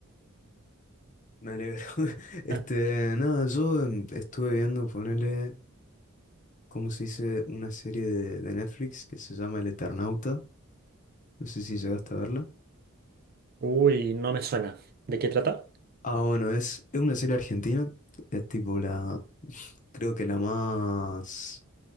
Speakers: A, on the left; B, on the right.
A: Me alegro. <laughs> Este,
B: Ah,
A: nada, yo em, estuve viendo ponerle, ¿cómo se dice? Una serie de, de Netflix que se llama El Eternauta. No sé si llegaste a verla.
B: Uy, no me suena. ¿De qué trata?
A: Ah, bueno, es, es una serie argentina. Es tipo la Creo que la más,